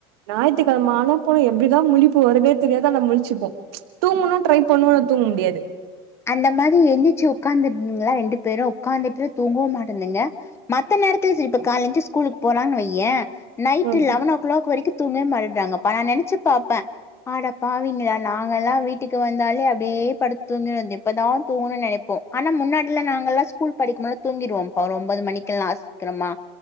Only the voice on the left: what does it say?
அந்த மாரி எந்துரிச்சு உக்காந்துருதுங்களா ரெண்டு பேரு உக்காந்துட்டு தூங்கவு மாட்டேந்துங்க மத்த நேரத்துல சரி இப்ப கால ஏஞ்சி ஸ்கூலுக்கு போலான்னு வைய night
eleven o'clock வரைக்கு தூங்க மாரிட்றாங்கப்பா நா நெனைச்சு பாப்ப அடப்பாவிங்களா நாங்கல்லா வீட் டுக்கு வந்தாலே அப்டே படுத் தூங்கிடு இப்பதா தூங்கும் நெனைப்போ ஆனா முன்னாடிலா நாங்கல்லா ஸ்கூல் படிக்கும்போது தூங்கிருவோம்ப்பா ஒரு ஒம்போது மணிக்கெல்லா சீக்கிரமா